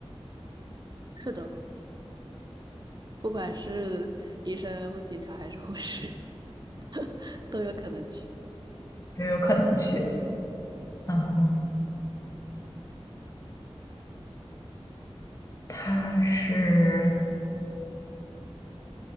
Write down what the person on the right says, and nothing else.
是的，不管是医生或警察还是护士，<laughs> 都有可能去。